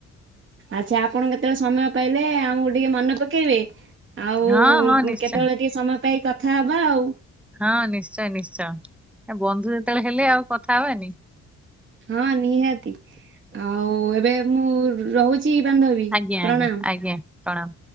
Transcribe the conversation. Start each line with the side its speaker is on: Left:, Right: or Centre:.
Right: ଆଚ୍ଛା ଆପଣ କେତେବେଳେ ସମୟ ପାଇଲେ ଆମକୁ ଟିକେ ମନେ ପକେଇବେ। ଆଉ
Centre: ହଁ ହଁ ନିଶ୍ଚୟ
Right: କେତେବେଳେ ଟିକେ ସମୟ ପାଇ କଥା ହବା ଆଉ।
Centre: ହଁ ନିଶ୍ଚୟ ନିଶ୍ଚୟ ଏ ବନ୍ଧୁ ଯେତେବେଳେ ହେଲେ ଆଉ କଥା ହବାନି।
Right: ହଁ ନିହାତି ଆଉ ଏବେ ମୁଁ ର-ରହୁ ଚି ବାନ୍ଧବୀ
Centre: ଆଜ୍ଞା
Right: ପ୍ରଣାମ।
Centre: ଆଜ୍ଞା ଆଜ୍ଞା ପ୍ରଣାମ।